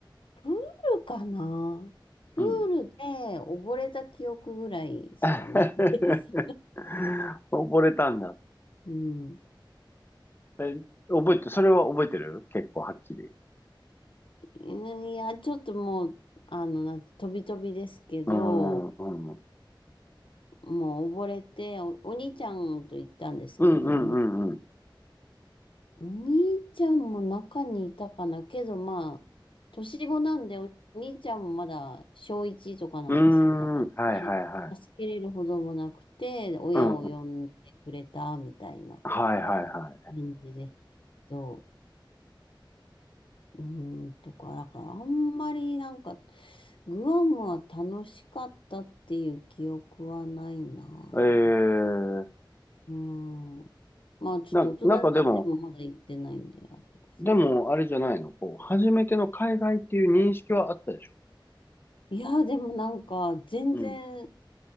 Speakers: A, on the left; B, on the left.
A: プールかなプールで溺れた記憶ぐらいしかないです。
B: うん。<laughs> 溺れたんだ。
A: うん。
B: え、覚えて、それは覚えてる結構はっきり。
A: うんいや、ちょっともう、あの、なんて、飛び飛びですけど、
B: うーん、うん。うん、
A: もう溺れて、お、お兄ちゃんと行ったんですけど、
B: うん、うん、
A: お兄
B: うん。
A: お兄ちゃんも中にいたかなけど、まあ、年子なんで、お兄ちゃんもまだ小1とかなんですよ。
B: うーん、
A: だから、
B: はい、
A: そんなに助けれるほどもなくて、
B: はい、はい。
A: 親を呼んでくれたみたいな
B: うん、はい、はい、は
A: 感じで。そう、うーん、とか、だからあんまりなんか、グアムは楽しかったっていう記憶はないな。
B: い。へえ。ええ。
A: うん。まあちょっと大人になってもまだ行ってないんで、
B: な、なんかでも、
A: あれですけど。
B: でも、あれじゃないのこう、初めての海外っていう認識はあったでしょ
A: いや、でもなんか、全然、
B: うん。